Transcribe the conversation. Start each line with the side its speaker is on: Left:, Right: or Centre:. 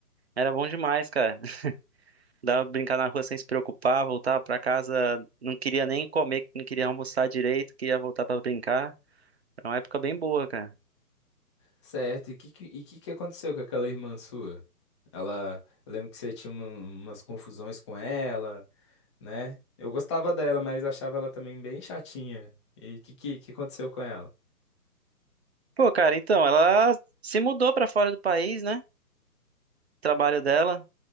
Right: Era bom demais, cara. <laughs> Dava pra brincar na rua sem se preocupar, voltava pra casa, não queria nem comer, não queria almoçar direito, queria voltar pra brincar. Era uma época bem boa, cara.
Left: Certo, e o que, que, e que que aconteceu com aquela irmã sua? Ela, eu lembro que você tinha uma- umas confusões com ela, né? Eu gostava dela, mas achava ela também bem chatinha. E o que, que, que aconteceu com ela?
Right: Pô, cara, então, ela se mudou pra fora do país, né? Trabalho dela,